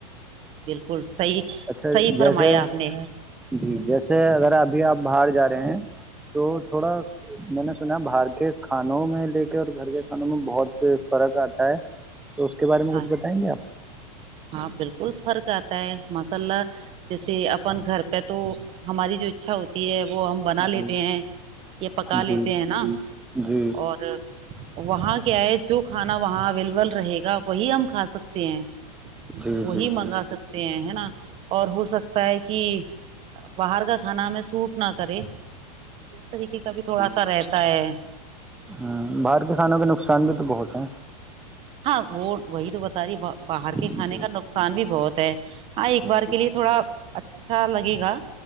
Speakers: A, on the right; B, in the centre.
A: کل <unintelligible> صحیح
B: اچھا
A: صحیح فرمایا
B: جیسے
A: آپ نے
B: جی جیسے اگر ابھی آپ باہر جا رہے ہیں تو تھوڑا میں نے <unintelligible> سنا باہر کے کھانوں میں لے کے اور گھر کے کھانوں میں بہت فرق آتا ہے تو اس کے بارے میں
A: ہاں
B: کچھ بتائیں گے آپ <unintelligible>
A: ہاں بالکل فرق آتا ہے مس اللہ جیسے اپن گھر پہ تو ہماری جو اچھا ہوتی ہے وہ ہم
B: جی
A: بنا لیتے ہیں یا پکا
B: جی
A: لیتے ہیں نا
B: جی
A: اور وہاں کیا ہے جو کھانا وہاں اویلیبل رہے گا وہی ہم کھاے سکتے ہیں
B: جی
A: وہی
B: جی جی
A: منگا سکتے ہیں ہے نا اور ہو سکتا لگتا ہے کہ باہر کا کھانا ہمیں سوٹ نہ کرے تو اس طریقے کا بھی تھوڑا سا رہتا س ہے <unintelligible>
B: ہ باہر کے کھانوں کے نقصان بھی تو بہت ہیں
A: ہاں وہ وہی تو بت رہ ب باہر کے کھانے
B: جی
A: کا نقصان بھی بہت ہے ہاں
B: جی
A: ایک بار کے لیے تھوڑا اچھا لگے گا